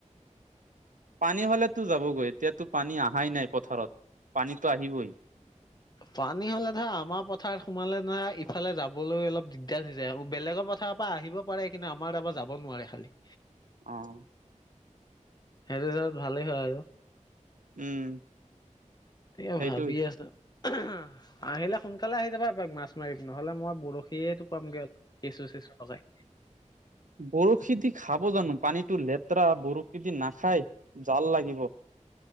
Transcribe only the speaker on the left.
পানী হ'লে ধৰা আমাৰ পথাৰত সোমালে ধৰা ইফালে যাবলৈ অলপ দিগদাৰ হৈ যায়, বেলেগৰ পথাৰত পৰা আহিব পাৰা নাই কিন্তু আমাৰ তাৰপৰা যাব নোৱাৰে খালি।
সেইটোতো ভালেই হয় আৰু।
এ
ভাবি আছো, <unintelligible> আহিলে সোনকালে আহি যাবা এপাক মাছ মাৰিব, নহ'লে মই বৰশী সেইটো পামগে কেঁচু-চেঁচু লগাই।